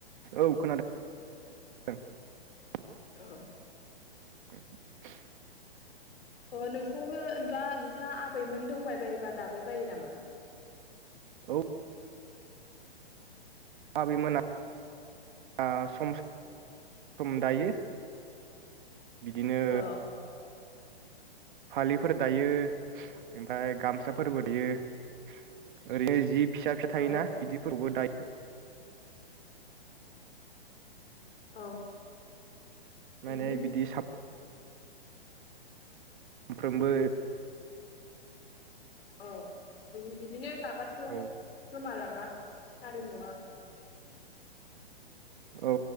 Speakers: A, on the right; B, on the left.
A: औ खोनादों। <inaudible>
B: औ।
A: <inaudible>
B: अ नोंसोराबो दा नोंस्रा आबैमोन दंबाय बायोबा दाबाय बायो नामा?
A: औ। आबैमोना आ सम सम दायो। बिदिनो।
B: अ
A: फालिफोर दायो ओमफ्राय गामसाफोरबो दायो ओरैनो जि फिसा- फिसा
B: औ
A: थायोना बिदिफोरखौबो दायो।
B: औ
A: माने
B: बिदिनो।
A: बिदि सानफ्रोमबो
B: औ इदिनो दाबासो
A: औ
B: गोमालाङा। हारिमुआ
A: औ।